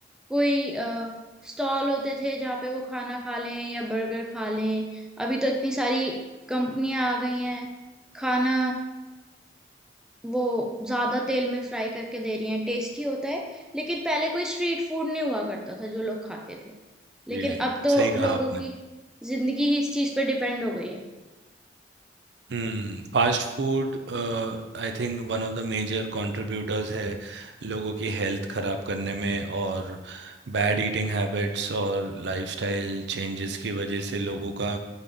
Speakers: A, in the centre; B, on the right.
A: कोई स्टॉल होते थे जहाँ पे वो खाना खा लें या बर्गर खा लें अभी तो इतनी सारी कंपनियां आ गई हैं खाना वो ज्यादा तेल में फ्राई करके दे रही हैं टेस्टी होता है लेकिन पहले कोई स्ट्रीट फूड नहीं हुआ करता था जो लोग खाते थे लेकिन
B: जी
A: अब तो
B: सही कहा
A: लोगों
B: आपने
A: की जिंदगी ही इस चीज पे डिपेंड हो गई है
B: हम्म Fast food I think one of the major contributors है लोगों की हेल्थ खराब करने में और बैड ईटिंग हैबिट्स और लाइफस्टाइल चेंजेस की वजह से लोगों का